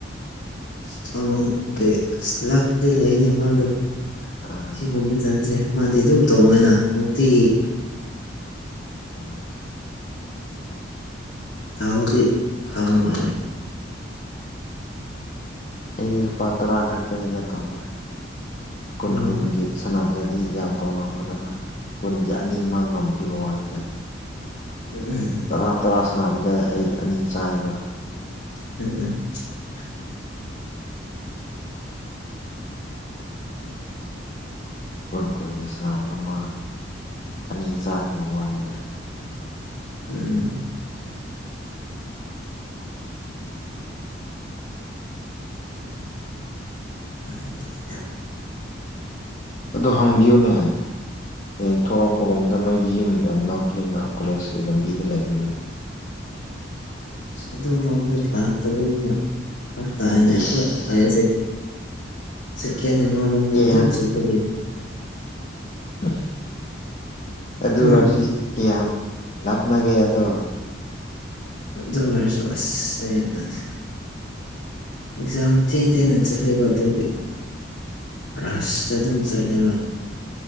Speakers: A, on the left (about 70°); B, on the left (about 40°).
A: <unintelligible> ꯑꯁ ꯂꯥꯛꯄꯗꯤ ꯂꯩꯅꯦ ꯃꯥꯗꯣ
B: ꯑꯥ
A: ꯁꯤꯒꯨꯝꯕ
B: ꯑꯥ
A: ꯖꯥꯠꯁꯦ ꯃꯥꯗꯤ ꯑꯗꯨꯝ ꯇꯣꯡꯉꯦꯅ ꯅꯨꯡꯇꯤꯒꯤ
B: ꯑꯥ
A: ꯇꯥꯎꯗꯤ ꯐꯕ ꯃꯥꯜꯂꯦ
B: ꯑꯩꯗꯤ ꯂꯨꯄꯥ ꯇꯔꯥ ꯈꯛꯇꯅꯤꯗ ꯇꯣꯡꯕ ꯀꯨꯟ
A: ꯎꯝ
B: ꯀꯨꯟꯒꯤ ꯁꯥꯟꯅꯗ꯭ꯔ ꯗꯤ ꯌꯥꯝ ꯇꯣꯡꯂꯝꯒꯗꯕ ꯀꯨꯟꯒꯤ ꯑꯅꯤ ꯃꯥ ꯉꯝꯈꯤꯕ ꯋꯥꯅꯤꯗ
A: ꯎꯝ
B: ꯇꯔꯥ ꯇꯔꯥ ꯁꯥꯟꯅꯕꯗ ꯑꯩ ꯑꯅꯤ ꯆꯥꯏꯕ
A: <unintelligible>
B: ꯑꯃ ꯑꯃꯨꯛ ꯀꯨꯟ ꯀꯨꯟꯒꯤ ꯁꯥꯟꯅꯔꯒ ꯑꯃ ꯑꯅꯤ ꯆꯥꯈꯤꯕ ꯋꯥꯅꯤꯗ ꯌꯥꯝ ꯑꯅꯤ
A: ꯎꯝ ꯅꯨꯡꯉꯥꯏꯇꯦꯗ
B: ꯑꯗꯣ ꯍꯪꯕꯤꯌꯨꯅꯦ ꯍꯌꯦꯡ ꯊꯣꯛꯂꯛꯄꯒꯨꯝꯕꯗ ꯅꯣꯏꯗꯤ ꯌꯨꯝ ꯌꯥꯝ ꯅꯛꯄꯅꯤꯅ ꯀꯣꯂꯦꯖꯀꯤ ꯂꯝꯕꯤꯗ ꯂꯩꯕꯅꯤꯅ
A: ꯑꯗꯨꯔꯣꯝꯗ ꯂꯥꯛꯇꯕꯅꯤꯅ ꯐꯔꯛ ꯇꯥꯏꯅꯦ ꯑꯩꯈꯣꯏ
B: ꯏꯁ
A: ꯑꯥꯢ
B: ꯀꯌꯥ
A: <unintelligible> ꯀꯦꯟ <unintelligible>
B: <unintelligible> ꯑꯗꯨ
A: ꯎꯝ
B: ꯑꯣꯢꯔꯁꯤ ꯀꯌꯥꯝ ꯂꯥꯞꯅꯒꯦ ꯑꯗꯣ
A: ꯑꯗꯨ ꯑꯣꯢꯔꯁꯨ ꯑꯁ ꯑꯩ ꯑꯁ ꯑꯦꯛꯖꯥꯝ ꯊꯦꯡ ꯊꯦꯡꯅ ꯆꯠꯂꯦꯕ ꯑꯗꯨꯒꯤ ꯔꯥꯁ ꯆꯗꯨꯝ ꯆꯠꯂꯦꯕ